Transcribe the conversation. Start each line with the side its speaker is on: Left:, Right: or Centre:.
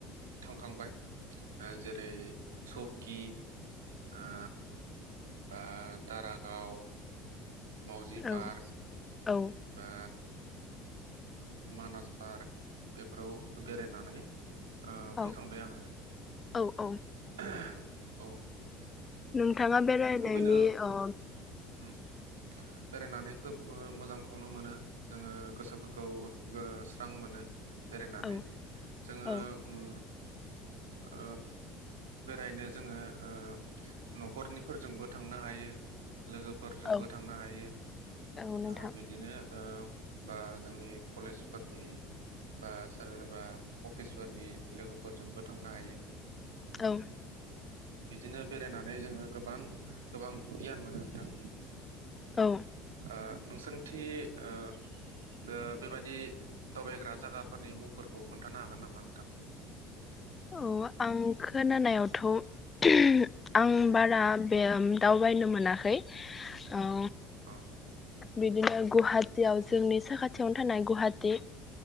Right: थांखांबाय ओ जेरै चौकि ओ बा दारागाव मावजि
Left: औ
Right: पार्क
Left: औ
Right: बा मानास पार्क बेफोराव बेरायनानै ओ
Left: औ
Right: फैखांबाय आङो
Left: औ औ
Right: ओ औ
Left: नोंथ थाङा बेरायनायनि
Right: खुबैनो उम
Left: ओ
Right: उम बेरायनानै खोब ओ मोजांखौनो मोनो जोङो गोसोफोरखौ गो स्रां मोनो बेरायनानै
Left: औ
Right: जोङो
Left: औ
Right: उम ओ बेरायनो जोङो ओ न'खरनिफ फोरजोंबो थांनो हायो लोगोफोरजोंबो
Left: औ
Right: थांनो हायो
Left: औ नोंथां
Right: ओ बिदिनो ओ बा जोंनि ख कलेजफोरनि बा सोरबा अफिसफोरनि लोगोफोरजोंबो थांनो हायो
Left: औ
Right: बिदिनो बेरायनानै जोङो गोबां गोबां गियान मोनो नोंथां
Left: औ
Right: ओ नोंसोरनिथि ओ बे बेबादि दावबायग्रा जागाफोरनि मुंफोरखौ खोन्थानो हागोन नामा नोंथां
Left: औ आं खोनानायावथ थ' आं बारा बेयाम दावबायनो मोनाखै औ
Right: अ'
Left: बिदिनो गुवाहाटियाव जोंनि साखाथियावनो थानाय गुवाहाटि